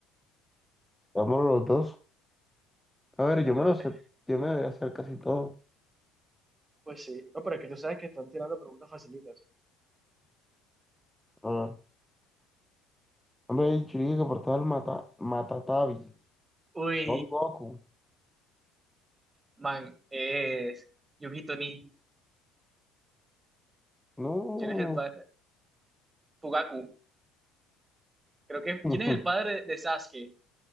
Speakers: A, in the centre; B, on the right (about 25°).
A: Vámonos los dos. A ver,
B: Dale,
A: yo me
B: dale.
A: lo sé. Yo me debería hacer casi todo.
B: Pues sí, no, pero es que tú sabes que están tirando preguntas facilitas.
A: A ver. Hombre, el Churinga que portaba el mata, Matatabi.
B: Uy,
A: Son Goku.
B: man, es Yugito Ni.
A: No.
B: ¿Quién es el padre? Fugaku. Creo que.
A: <laughs>
B: ¿Quién es el padre de Sasuke?